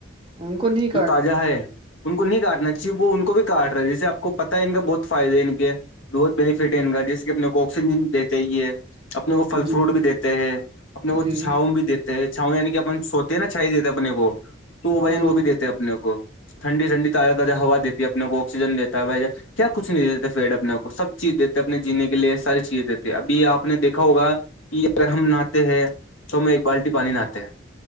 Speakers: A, on the right; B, on the left.
A: ان کو ن
B: جو تازہ ہے ان کو نہیں کاٹنا چاہیے وہ ان کو بھی کاٹ رہے ہیں جیسے آ کو پتہ ہے ان کا بہت فائدے ہے ان کے بہت بینیفٹ ہے ان کا جیسے کہ اپنے کو آکسیجن دیتے ہی ہے اپنے کو پھل
A: جی
B: فروٹ بھی دیتے ہیں اپنے کو
A: جی
B: چھاؤں بھی دتے چھاؤں یعنی کہ اپن سوتے ہیں نا چھائی دیتے ہیں اپنے کو تو بھائی
A: ہاں
B: وہ بھی دیتے ہیں اپنے کو ٹھنڈی ٹنڈی تاز تازہا ہوا دی ہے اپنے کو آکسیجن دیتا ہےھائی ج کیا کچھ نہیں دیتے فیڈ اپنے کو سب چیز دیتے اپنے جینے کے لیے ساری چیزیں دیتے کہ ابھی آپ نے دیکھا ہوگا کہ اگر ہم نہے ہیں تو ہمیں ایک بالٹی پانی نہاتتے ہیں